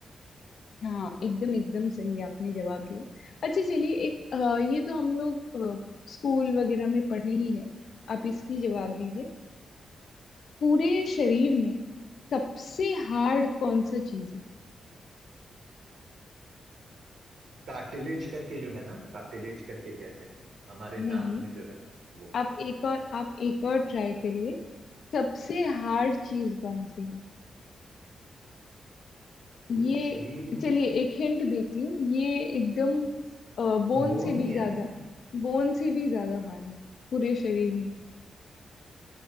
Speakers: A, on the left (about 70°); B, on the right (about 80°).
A: हाँ एकदम एकदम सही आपने जवाब दिया अच्छा चलिए एक अ, ये तो हम लोग अ, स्कूल वगैरह में पढ़े ही हैं आप इसकी जवाब दीजिए पूरे शरीर में सबसे हार्ड कौन सा चीज है
B: कार्टिलेज करके जो है ना कार्टिलेज करके कहते हैं हमारे
A: नहीं
B: नाक में जो है वो
A: आप एक और आप एक और ट्राई करिए सबसे हार्ड चीज कौन सी है
B: पूरे
A: ये
B: शरीर में
A: चलिए एक हिंट देती हूँ ये एकदम बोन
B: वो
A: से
B: नहीं
A: भी
B: है
A: ज्यादा
B: ना
A: बोन से भी ज्यादा हार्ड है पूरे शरीर